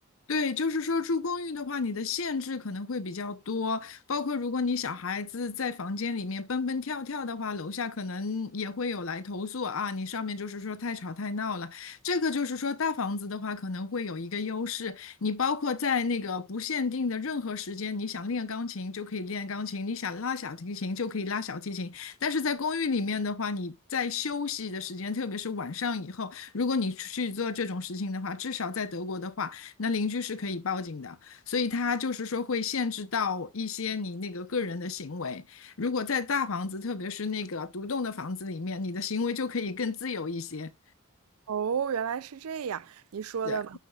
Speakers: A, on the left (about 65°); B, on the right (about 80°).
A: 对，就是说住公寓的话，你的限制可能会比较多，包括如果你小孩子在房间里面蹦蹦跳跳的话，楼下可能也会有来投诉啊，你上面就是说太吵太闹了。这个就是说大房子的话，可能会有一个优势，你包括在那个不限定的任何时间，你想练钢琴就可以练钢琴，你想拉小提琴就可以拉小提琴。但是在公寓里面的话，你在休息的时间，特别是晚上以后，如果你去做这种事情的话，至少在德国的话。那邻居是可以报警的，所以它就是说会限制到一些你那个个人的行为。如果在大房子，特别是那个独栋的房子里面，你的行为就可以更自由一些。
B: 哦，原来是这样，你说的
A: 对，